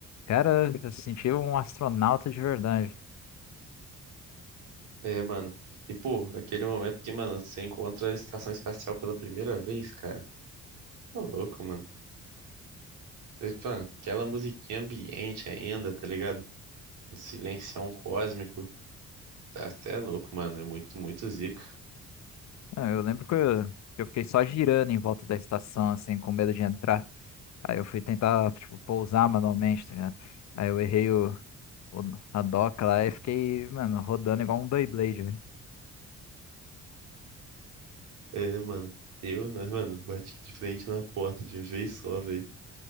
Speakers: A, on the left; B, on the right.
A: Cara, eu senti um astronauta de verdade.
B: É, mano. E, pô, aquele momento que, mano, você encontra a estação espacial pela primeira vez, cara. Tá louco, mano. E, pô, aquela musiquinha ambiente ainda, tá ligado? Um silencião cósmico. Tá até louco, mano. É muito, muito zica.
A: Ah, eu lembro que eu, eu fiquei só girando em volta da estação, assim, com medo de entrar. Aí eu fui tentar, tipo, pousar manualmente, tá ligado? Aí eu errei o, o- a doca lá e fiquei, mano, rodando igual um Beyblade.
B: É, mano. Eu, né, mano, bati de frente na porta de vez só, velho.